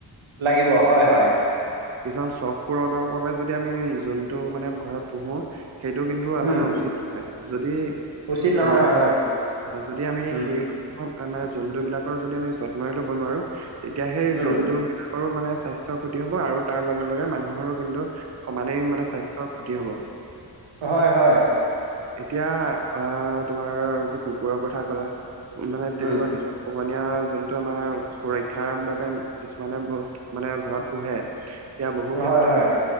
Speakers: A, on the right; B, on the right.
A: লাগিব হয় হয়।
B: কিছুমান চখ পূৰণৰ বাবে যদি আমি জন্তু মানে ঘৰত পোহো, সেইটো কিন্তু
A: উম,
B: মানে উচিত নহয়। যদি
A: উচিত নহয়,
B: এ
A: হয়,
B: যদি আমি
A: উম,
B: সেই মানে জন্তুবিলাকৰ যদি আমি যত্ন‌ই ল'ব নোৱাৰো তেতিয়া সেই
A: উম,
B: জন্তু বিলাকৰো মানে স্বাস্থ্যৰ ক্ষতি হ'ব আৰু তাৰ লগে লগে মানুহৰো কিন্তু সমানেই মানে স্বাস্থ্যৰ ক্ষতি হ'ব।
A: হয় হয়।
B: এতিয়া অ তোমাৰ যি কুকুৰৰ কথা কলা মানে তেনেকুৱা
A: উম,
B: কিছুমান পোহনীয়া জন্তু আমাৰ সুৰক্ষাৰ বাবে কিছুমানে বহুত মানে ঘৰত পোহে। এতিয়া বহু ক্ষেত্ৰত
A: হয়, হয়,